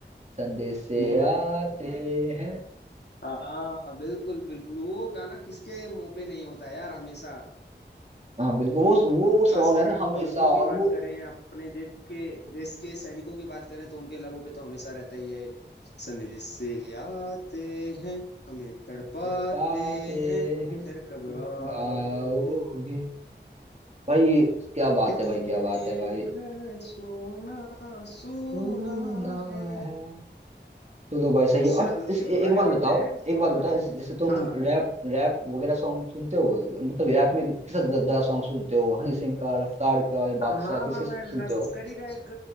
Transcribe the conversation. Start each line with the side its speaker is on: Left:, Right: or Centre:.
Right: संदेश से
Left: बोलो
Right: आते हैं
Left: हाँ बिल्कुल बिल्कुल वो गाना किसके मुंह पे नहीं होता यार हमेशा
Right: हाँ बिल्कुल वो वो
Left: खासकर
Right: सॉन्ग है ना
Left: अगर
Right: हमेशा
Left: फौजियों की
Right: और
Left: बात
Right: वो
Left: करें अपने देश के देश के सैनिकों की बात करें तो उनके लबों पे तो हमेशा रहता ही है संदेश से आते हैं हमें तड़पाते
Right: उतर पाते
Left: हैं कि
Right: हैं
Left: घर कब
Right: तुम
Left: आओगे
Right: आओगे भाई क्या बात
Left: कि
Right: है
Left: तुम
Right: भाई क्या
Left: बिन
Right: बात
Left: ये
Right: है भाई
Left: घर सोना सोना
Right: सुना
Left: है
Right: है चलो भाई सही है और
Left: चलो
Right: इस,
Left: चलो
Right: ए, एक
Left: आगे
Right: बात
Left: बढ़ते
Right: बताओ
Left: हैं
Right: एक बात
Left: और
Right: बताओ इस- जैसे तुम
Left: हाँ हाँ हाँ
Right: रैप रैप वगैरह सॉन्ग सुनते हो मतलब रैप में किस जरा सॉन्ग सुनते हो हनी सिंह का रफ्तार का या
Left: हाँ
Right: बादशाह किसके
Left: हाँ
Right: सुनते
Left: मैं लश्करी
Right: हो
Left: का एक